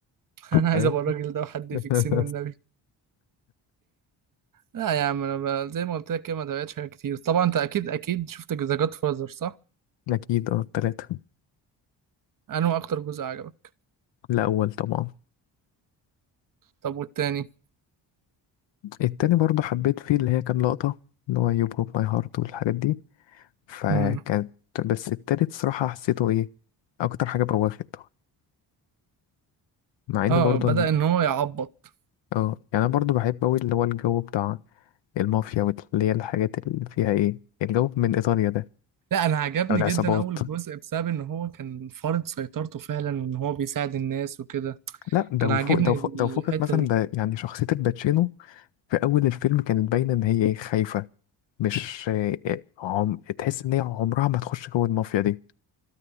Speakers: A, on the right (about 45°); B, on the left (about 65°).
A: <laughs> انا عايز
B: فاهم
A: ابقى الراجل ده وحد
B: <laughs>
A: يفكسني والنبي لا يا عم انا ب- زي ما قلت لك كده ما تابعتش حاجات كتير طبعا انت اكيد اكيد شفت ذا جاد فازر صح
B: اكيد اه التلاتة
A: انا اكتر جزء عجبك
B: الاول طبعا
A: طب والتاني
B: التاني برضه حبيت فيه اللي هي كام لقطة اللي هو يو بروك ماي هارت والحاجات دي فكانت
A: امم
B: بس التالت صراحة حسيته ايه اكتر حاجة بواخده مع ان
A: اه
B: برضه
A: بدأ
B: انا
A: ان هو يعبط
B: اه يعني انا برضه بحب اوي اللي هو الجو بتاع المافيا واللي هي الحاجات اللي فيها ايه الجو من ايطاليا ده
A: لا انا عجبني
B: او العصابات
A: جدا اول جزء بسبب ان هو كان فارض سيطرته فعلا وان هو بيساعد الناس وكده
B: لا ده
A: كان
B: وفوق
A: عاجبني
B: ده وفوق
A: الحتة
B: ده وفوقك مثلا
A: دي
B: ده يعني شخصية الباتشينو في اول الفيلم كانت باينة ان هي ايه خايفة مش إيه، عم... تحس ان هي عمرها ما تخش جو المافيا دي